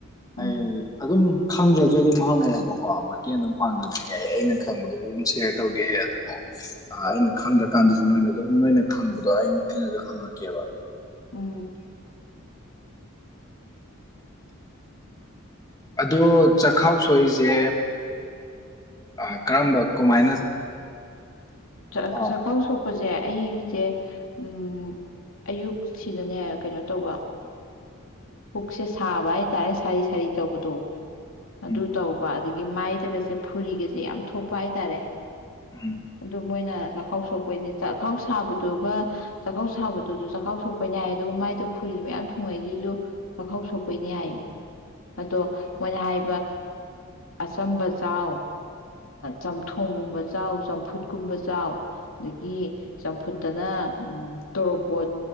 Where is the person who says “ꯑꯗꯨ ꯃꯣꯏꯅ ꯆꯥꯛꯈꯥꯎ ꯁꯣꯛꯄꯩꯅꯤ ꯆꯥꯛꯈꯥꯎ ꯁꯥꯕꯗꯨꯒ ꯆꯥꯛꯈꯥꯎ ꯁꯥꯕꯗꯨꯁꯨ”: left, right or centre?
Left